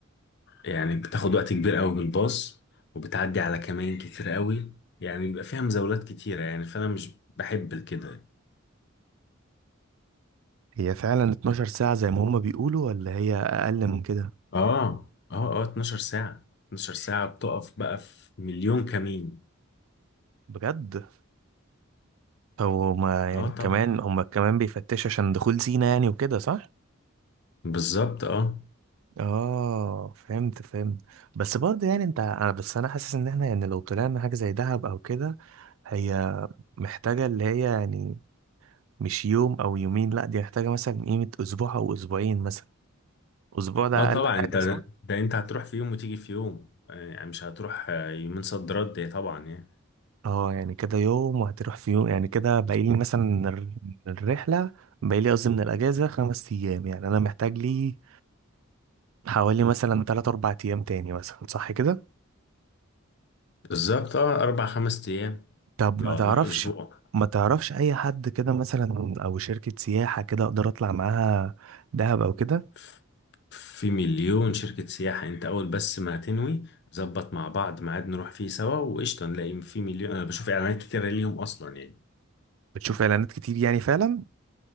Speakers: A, on the left; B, on the right.
A: يعني بتاخد وقت كبير قوي بالباص وبتعدي على كمائن كتير قوي يعني بيبقى فيها مزاولات كتيرة يعني فأنا مش بحب كده
B: هي فعلا 12 ساعة زي ما هما بيقولوا ولا هي اقل من كده
A: اه اه اه 12 ساعة 12 ساعة بتقف بقى في مليون كمين
B: بجد هو هما
A: اه
B: يعني
A: طبعا
B: كمان هما كمان بيفتشوا عشان دخول زينة يعني وكده صح؟
A: بالظبط اه
B: اه فهمت فهمت بس برضه يعني انت انا بس انا حاسس ان احنا يعني لو طلعنا حاجة زي دهب او كده هي محتاجة اللي هي يعني مش يوم او يومين لا دي محتاجة مثلا قيمة اسبوع او اسبوعين مثلا اسبوع ده
A: اه طبعا
B: اقل حاجة
A: انت
B: صح؟
A: ده انت هتروح في يوم وتيجي في يوم يعني مش هتروح آه، يومين صد رد يعني طبعا يعني
B: اه يعني كده يوم وهتروح في يوم يعني كده باقيلي مثلا من الر- من الرحلة باقيلي قصدي من الأجازة خمس أيام يعني أنا محتاج لي حوالي مثلا تلات أربع أيام تاني مثلا صح كده؟
A: بالظبط اه اربع خمس ايام
B: طب
A: لو
B: ما
A: هنروح
B: تعرفش
A: اسبوع
B: ما تعرفش اي حد كده مثلا او شركة سياحة كده اقدر اطلع معاها دهب او كده
A: ف- في مليون شركة سياحة انت اول بس ما هتنوي ظبط مع بعض ميعاد نروح فيه سوا وقشطة نلاقي في مليون انا بشوف اعلانات كتيرة ليهم اصلا يعني
B: بتشوف اعلانات كتير يعني فعلا